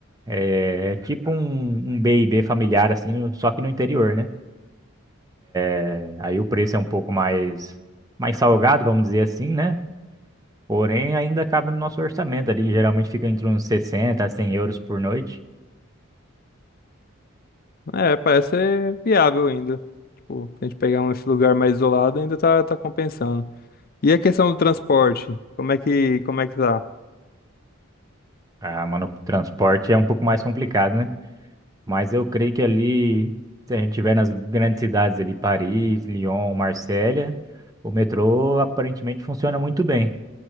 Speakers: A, on the right; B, on the left.
A: É tipo um, um b e b familiar, assim, no- só que no interior, né? É, aí o preço é um pouco mais, mais salgado, vamos dizer assim, né? Porém, ainda cabe no nosso orçamento ali. Geralmente fica entre uns 60 a 100 euros por noite.
B: É, parece ser viável ainda. Tipo, se a gente pegar um esse lugar mais isolado, ainda tá, tá compensando. E a questão do transporte? Como é que, como é que tá?
A: Ah, mano, o transporte é um pouco mais complicado, né? Mas eu creio que ali, se a gente tiver nas grandes cidades ali, Paris, Lyon, Marsella, o metrô aparentemente funciona muito bem.